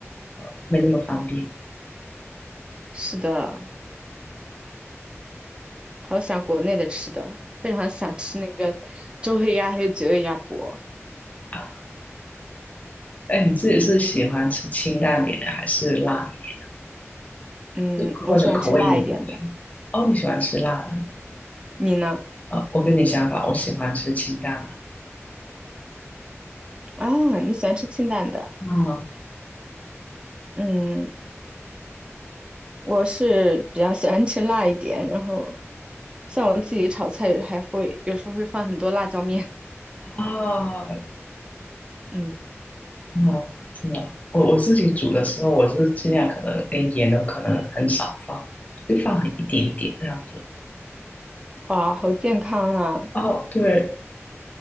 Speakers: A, on the left; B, on the right.
A: 呃没那么方便
B: 是的，好想国内的吃的，非常想吃那个周黑鸭还有绝味鸭脖。
A: 啊。哎，你自己是喜欢吃清淡点的，还是辣一
B: 嗯，
A: 点，
B: 我喜欢吃辣一点的，
A: 或者口味浓一点哦，你喜欢吃辣的？
B: 你呢？
A: 啊、我跟你相反，我喜欢吃清淡的。
B: 啊，你喜欢吃清淡的？
A: 啊
B: 嗯，我是比较喜欢吃辣一点，然后像我自己炒菜还会有时候会放很多辣椒面。
A: 啊，
B: 嗯，
A: 那真的，我我自己煮的时候，我是尽量可能连盐都可能很少放，就放很一点点这样子。
B: 哇，好健康啊！
A: 哦，对，